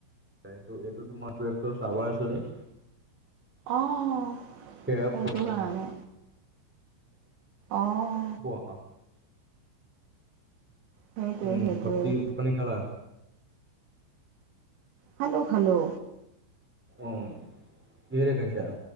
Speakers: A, in the centre; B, on the right (about 70°).
A: এইটো এইটো তোমাৰ <unintelligible> চাৰ্ভাৰ আছে যে।
B: অ'
A: সেয়াৰ
B: সেইটো
A: প্ৰব্লেম
B: কাৰণে
A: হয়
B: অ'।
A: উম,
B: সেইটোৱে
A: উম
B: সেইটোৱে
A: বাকি ভাত-পানী খালা?
B: খালো, খালো।
A: অ, কিহেৰে খাইছা?